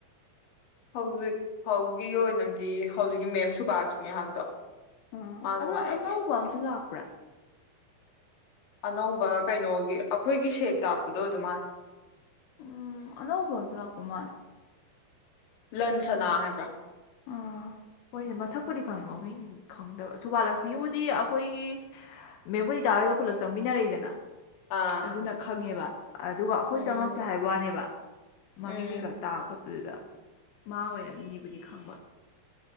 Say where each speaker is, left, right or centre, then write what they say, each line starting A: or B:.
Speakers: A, on the left; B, on the left.
A: ꯍꯧꯖꯤꯛ ꯐꯒꯤ ꯑꯣꯏꯅꯗꯤ ꯍꯧꯖꯤꯛꯀꯤ ꯃꯦꯝ ꯁꯨꯕꯥꯁꯃꯤ ꯍꯥꯏꯕꯗꯣ
B: ꯎꯝ
A: ꯃꯥ ꯅꯨꯡꯉꯥꯏ
B: ꯑꯗꯣ ꯑꯅꯧꯕ ꯑꯝꯨ ꯂꯥꯛ ꯄꯨ
A: ꯑꯅꯧꯕ ꯀꯩꯅꯣꯒꯤ ꯑꯩꯈꯣꯏꯒꯤ ꯁꯦꯠ ꯇꯥꯛꯄꯗꯣ ꯑꯗꯨ ꯃꯥꯁ
B: ꯎꯝ ꯑꯅꯧ ꯀꯣꯊ ꯀꯨꯃꯔ
A: ꯂꯟꯁꯅꯥ ꯍꯥꯏꯕ꯭ꯔꯥ
B: ꯑꯥ ꯍꯣꯏꯅꯦ ꯃꯁꯛꯄꯨꯗꯤ ꯈꯪꯉꯤ ꯃꯃꯤꯡ ꯈꯪꯗꯕ ꯁꯨꯕꯥ ꯂꯛꯁꯃꯤꯕꯨꯗꯤ ꯑꯩꯈꯣꯏꯒꯤ ꯃꯦꯕꯨꯅꯤ ꯇꯥꯔꯣꯏꯒ ꯄꯨꯜꯂꯞ ꯆꯪꯃꯤꯟꯅꯔꯛꯏꯗꯅ
A: ꯑꯥ
B: ꯑꯗꯨꯅ ꯈꯪꯉꯦꯕ ꯑꯗꯨꯒ ꯑꯩꯈꯣꯏ
A: ꯎꯝ
B: ꯆꯪꯉꯛꯇꯦ ꯍꯥꯏꯕ ꯋꯥꯅꯦꯕ ꯃꯃꯤꯡ
A: ꯎꯝ
B: ꯀꯩꯀꯥ ꯇꯥ ꯈꯣꯠꯄꯗꯨꯗ ꯃꯥ ꯑꯣꯏꯔꯃꯅꯤ ꯕꯨꯗ ꯈꯪꯕꯥ꯫